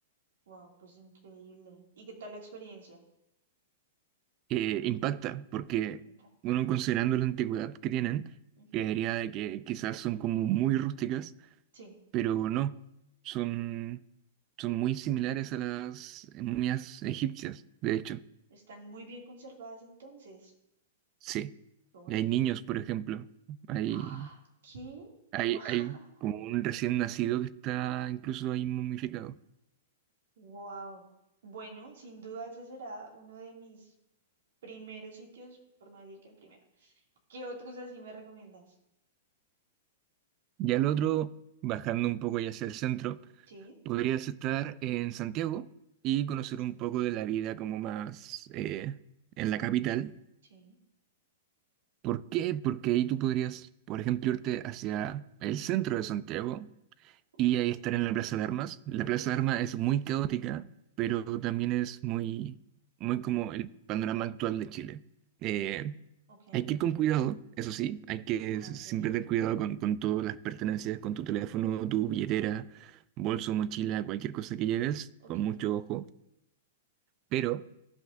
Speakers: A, on the right; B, on the right.
A: Wow, pues increíble. ¿Y qué tal la experiencia?
B: Eh, impacta porque,
A: En parte.
B: bueno, considerando la antigüedad que tienen,
A: Ujú,
B: creería de que quizás son como muy rústicas,
A: Sí,
B: pero no, son, son muy similares a las momias egipcias, de hecho.
A: están muy bien conservadas entonces.
B: Sí,
A: Oye,
B: hay
A: qué
B: niños,
A: genial.
B: por ejemplo. Hay,
A: ¡Ah! ¿Qué?
B: hay,
A: <laughs>
B: hay como
A: Wow.
B: un recién nacido que está incluso ahí momificado.
A: Wow. Bueno, sin duda ese será uno de mis primeros sitios, por no decir que el primero. ¿Qué otros así me recomiendas?
B: Ya el otro, bajando un poco ya hacia el centro,
A: Sí,
B: podrías estar en Santiago y conocer
A: Santiago.
B: un poco de la vida como más eh, en la capital.
A: Sí,
B: ¿Por qué? Porque ahí tú podrías, por ejemplo, irte hacia el centro de Santiago
A: ok,
B: Y ahí estar en la Plaza de Armas. La Plaza de Armas es muy caótica, pero también es muy, muy como el panorama actual de Chile. Eh,
A: ok.
B: hay que ir con cuidado, eso sí, hay que
A: Ah,
B: s-
A: ok,
B: siempre tener cuidado con, con todas las pertenencias, con tu teléfono, tu billetera, bolso, mochila, cualquier cosa que lleves,
A: ok,
B: con mucho ojo. Pero